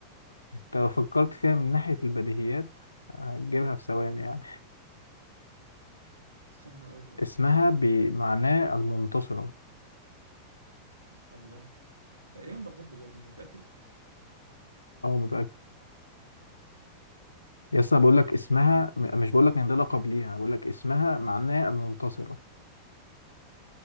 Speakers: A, on the left (about 80°); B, on the right (about 80°).
A: انت لو فكرت فيها من ناحية البديهيات هتجيبها في ثواني يعني
B: استنى اقول لك
A: اسمها بمعناه المنتصرة
B: الله تقريبا بغداد بجد انت متأكد؟
A: اه متأكد يس انا بقول لك اسمها م- مش بقول لك ان ده لقب ليها بقول لك اسمها معناه المنتصرة